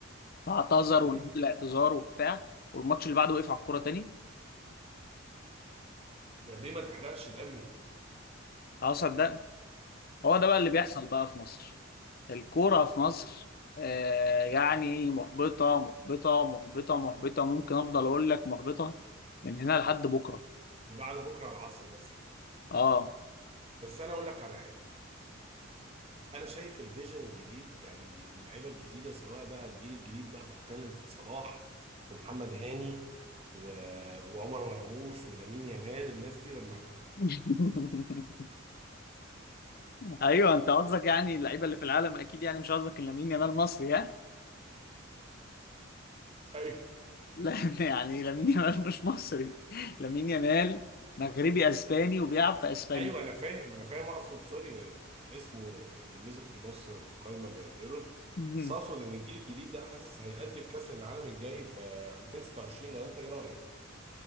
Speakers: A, on the left (about 45°); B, on the right (about 30°).
A: فاعتذر
B: مم.
A: ونزل اعتذار وبتاع والماتش اللي بعده وقف على الكرة تاني
B: يا بيه ما تحرقش دمي
A: خلاص صدقنا هو ده
B: طب
A: بقى اللي بيحصل
B: والله
A: بقى في مصر الكورة في مصر آه، يعني محبطة محبطة محبطة محبطة ممكن افضل اقول لك محبطة من هنا لحد بكرة
B: بعد بكره العصر بس
A: اه
B: بس انا اقول لك على حاجه انا شايف الفيجن الجديد يعني اللعيبه الجديده سواء بقى الجيل الجديد بقى بتتكلم في صلاح ومحمد هاني و... وعمر مرموش ولامين يامال الناس دي لما
A: <laughs> ايوه انت قصدك يعني اللعيبه اللي في العالم اكيد يعني مش قصدك إن لامين يامال مصري
B: <laughs> ايوه
A: لا <laughs> يعني لامين يامال مش مصري لامين يامال مغربي اسباني وبيلعب في اسبانيا
B: ايوه انا فاهم انا فاهم اقصد سوري اسمه يعني نزل في النص في القايمه بالايرور
A: مهم.
B: بس اقصد ان الجيل الجديد ده حاسس هيأدي في كاس العالم الجاي في 2026 لو انت ايه رايك